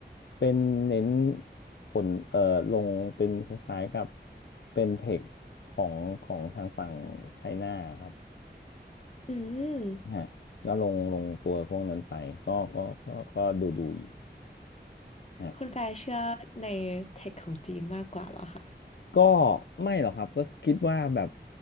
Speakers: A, on the left (about 70°); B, on the left (about 35°).
A: เป็นเน้นผลเอ่อลงเป็นคล้ายๆกับเป็นเทคของของทางฝั่งไชน่าครับ
B: อืม
A: ฮะก็ลงลงตัวพวกนั้นไปก็ก็ก็ก็ดูดูอยู่ฮะ
B: คุณแฟร์เชื่อในเทคของจีนมากกว่าเหรอคะ
A: ก็ไม่หรอกครับก็คิดว่าแบบ